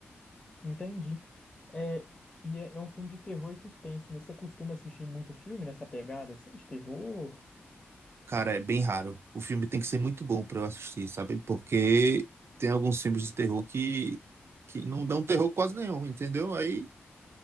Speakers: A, on the left; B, on the right.
A: Entendi. É, e é, é um filme de terror e suspense, né? Você costuma assistir muito filme nessa pegada, assim, de terror?
B: Cara, é bem raro. O filme tem que ser muito bom pra eu assistir, sabe? Porque tem alguns filmes de terror que, que não dão terror quase nenhum, entendeu? Aí